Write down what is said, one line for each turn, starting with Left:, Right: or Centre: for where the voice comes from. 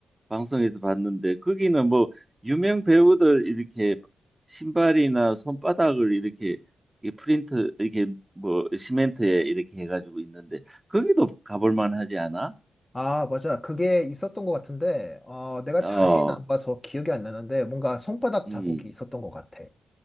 Right: 방송에서 봤는데 거기는 뭐 유명 배우들 이렇게 신발이나 손바닥을 이렇게 이 프린트 이렇게 뭐 시멘트에 이렇게 해가지고 있는데 거기도 가볼 만하지 않아?
Left: 아, 맞아. 그게 있었던 것 같은데, 어, 내가
Right: 어,
Left: 자세히는 안 봐서 기억이 안 나는데, 뭔가 손바닥
Right: 음.
Left: 자국이 있었던 것 같아.